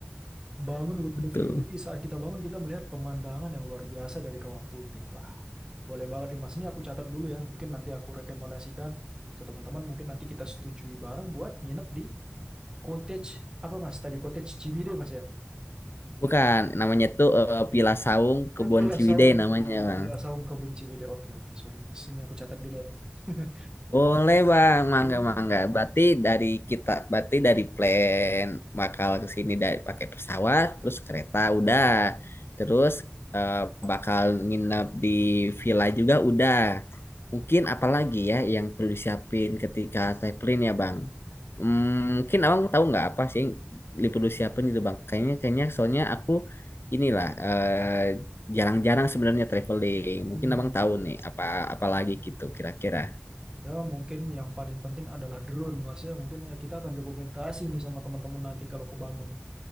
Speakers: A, on the right; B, on the left.
A: Bangun with
B: Betul.
A: the view. Jadi saat kita bangun kita melihat pemandangan yang luar biasa dari Kawah Putih. Boleh banget nih Mas, ini aku catat dulu ya. Mungkin nanti aku rekomendasikan ke teman-teman, mungkin nanti kita setujui bareng buat nginep di cottage, apa Mas, tadi cottage Ciwidey Mas ya?
B: Bukan, namanya tuh eh, Villa Saung
A: Oh,
B: Kebon
A: Villa
B: Ciwidey
A: Saung.
B: namanya
A: Oh,
B: bang.
A: Villa Saung Kebun Ciwidey. Oke, oke, sorry Mas. Ini aku catat dulu ya. <laughs>
B: Boleh bang, mangga
A: Itu,
B: mangga. Berarti dari kita, berarti dari plan bakal ke sini dari pakai pesawat, terus kereta udah, terus eh, bakal nginep di villa juga udah. Mungkin apalagi ya yang perlu disiapin ketika traveling ya bang? Hmm, mungkin abang tahu nggak apa sih liposuction apa gitu bang? Kayaknya kayaknya soalnya aku inilah eh, jarang-jarang sebenarnya traveling. Mungkin
A: hmm,
B: abang tahu nih apa apa lagi gitu kira-kira.
A: ya mungkin yang paling penting adalah drone Mas ya. Mungkin ya kita akan dokumentasi nih sama teman-teman nanti kalau ke Bandung nih.